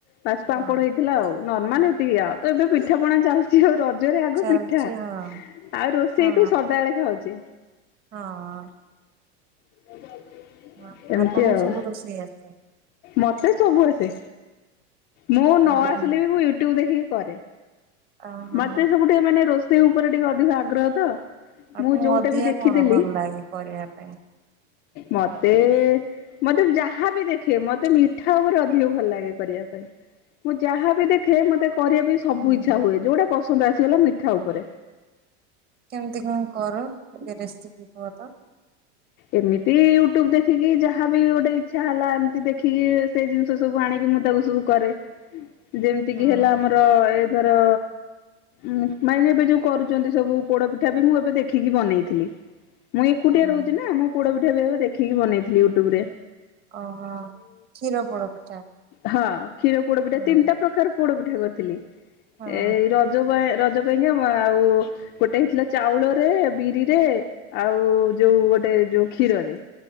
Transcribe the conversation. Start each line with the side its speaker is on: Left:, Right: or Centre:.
Left: ପାସ୍ ପାମ୍ପଡ଼
Right: ହଁ
Left: ହେଇଥିଲା ଆଉ ନର୍ମାଲ ଏତିକି ଆଉ ତ ଏବେ ପିଠା ପଣା ଚାଲି ଚି ଆଉ ରଜରେ ଆଗ
Right: ଚାଲିଛି
Left: ପିଠା
Right: ହଁ
Left: ଆଉ ରୋଷେଇ
Right: ହଁ
Left: ତ ସଦାଏଳେ ଖାଉଚେ।
Right: ହଁ।
Left: <unintelligible>
Right: ହଁ
Left: ଏମିତି
Right: ଆପଣଙ୍କୁ
Left: ଆଉ
Right: ସବୁ ରୋଷେଇ ଆସେ?
Left: ମତେ ସବୁ ଆସେ ମୁଁ ନ
Right: ଅ
Left: ଆସିଲେ
Right: ହଁ
Left: ବି ମୁଁ ୟୁଟ୍ୟୁବ୍ ଦେଖିକି କରେ।
Right: ଅ ହଁ
Left: ମତେ ସବୁ ଟିକେ ମାନେ ରୋଷେଇ ଉପରେ ଟିକେ ଅ ଅଧିକ ଆଗ୍ରହ ତ
Right: ଆପଣଙ୍କୁ
Left: ମୁଁ ଯୋଉଟା
Right: ଅଧିକା
Left: ବି ଦେଖିଦେଲି
Right: କଣ ଭଲ ଲାଗେ କରିବା ପାଇଁ?
Left: ମତେ ମତେ ଯାହାବି ଦେଖେ ମତେ ମି ଠା ଉପରେ ଅଧିକ ଭଲ ଲାଗେ କରିବା ପାଇଁ ମୁଁ ଯାହାବି ଦେଖେ ମତେ କରିବା ପାଇଁ ସବୁ
Right: ହୁଁ।
Left: ଇଛା ହୁଏ ଯୋଉଟା ପସନ୍ଦ ଆସିଗଲା ମିଠା ଉପରେ।
Right: କେମତି କଣ କର ଟିକେ ରେସିପି କୁହ ତ।
Left: ଏମିତି ୟୁଟ୍ୟୁବ ଦେଖିକି ଯାହା ବି ଗୋଟେ ଇଚ୍ଛା ହେଲା ଏମିତି ଦେଖିକି ସେ ଜିନି ଷ ସବୁ ଆଣିକି ମୁଁ ତାକୁ ସବୁ କରେ। ଯେମିତିକି
Right: ହଁ
Left: ହେଲା ଆମର ଏ ଧର ଉଁମ୍ <inaudible> ଏବେ ଯୋଉ କରୁଛନ୍ତି ସବୁ ପୋଡପିଠା ବି ମୁଁ ଏବେ ଦେଖିକି ବନେଇଥିଲି। ମୁଁ ଏକୁଟିଆ
Right: ହଁ।
Left: ରହୁଛି ନା! ମୋ ପୋଡ ପିଠା ଏବେ ଏବେ ଦେଖିକି ବନେଇଥିଲି ୟୁଟ୍ୟୁବ ରେ।
Right: ଓହୋ କ୍ଷୀର ପୋଡ ପିଠା।
Left: ହଁ କ୍ଷୀର ପୋଡ ପିଠା।
Right: ହଁ
Left: ତିନିଟା ପ୍ରକାର ପୋଡ ପିଠା କରିଥିଲି।
Right: ହଁ
Left: ଏ ରଜ ପାଇଁ ରଜ ପାଇଁକା। ଆ ଆଉ ଗୋଟେ ହେଇଥିଲା ଚାଉଳରେ, ବିରିରେ, ଆଉ ଯୋଉ ଗୋଟେ ଗୋଟେ ଯୋଉ କ୍ଷୀରରେ।